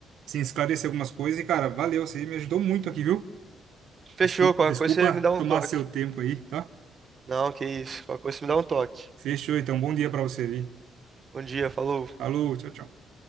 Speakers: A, on the right (about 80°); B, on the right (about 40°).
A: assim, esclarecer algumas coisas e, cara, valeu, você me ajudou muito aqui, viu?
B: Fechou,
A: Desculpa,
B: qualquer
A: desculpa
B: coisa você me dá um
A: tomar
B: toque.
A: seu tempo aí, tá?
B: Não, que isso, qualquer coisa você me dá um toque.
A: Fechou, então. Bom dia para você aí.
B: Bom dia, falou.
A: Falou, tchau, tchau.